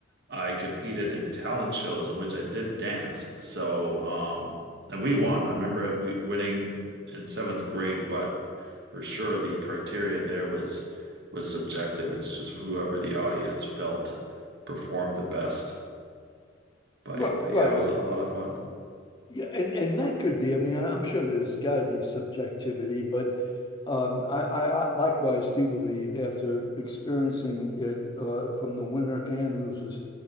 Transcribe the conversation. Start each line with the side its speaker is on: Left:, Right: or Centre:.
Right: I competed in talent shows in which I did dance. So, um, and we won. I remember it- we winning in seventh grade, but for sure the criteria there was was subjective. It's just whoever the audience felt performed the best. But
Left: Right,
Right: but
Left: right.
Right: yeah, it was a lot of fun.
Left: Yeah, and and that could be. I mean, I- I'm sure there's got to be subjectivity, but um, I, I I likewise do believe after experiencing it uh, from the winner and losers